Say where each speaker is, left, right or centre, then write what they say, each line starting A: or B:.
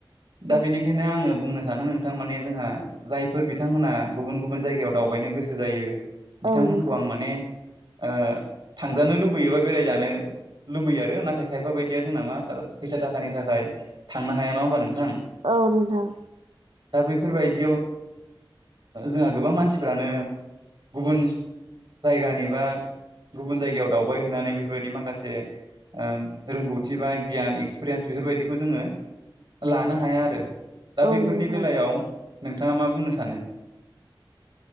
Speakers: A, on the right; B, on the right.
A: दा
B: औ
A: बेनिखायनो आङो बुंनो सानो नों थारमाने जोंहा जायफोर बिथांमोनहा गुबुन गुबुन जायगायाव दावबायनो गोसो जायो। बिथांमोनखौ
B: औ नोंथां
A: आं माने ओ थांजानो लुबैयोबा बेरायजानो, लुबैयो आरो नाथाय खायफा बायदिया जोंना मा फैसा थाखानि थाखाय थांनो हाया नङा होमबा नोंथां,
B: औ नोंथां।
A: दा बैफोरबायदियाव जोंहा गोबां मानसि मानसिफ्रानो गुबुन जायगानि बा गुबुन जायगायाव दावबाय हैैनानै बेफोरबायदि माखासे ओं रोंगौथि बा गियान एक्सपिरियेन्स बेफोरबायदिखौ जोङो। लानो हाया आरो दा
B: औ
A: बैफोरनि
B: नोंथां
A: बेलायाव नोंथाङा मा बुंनो सानो?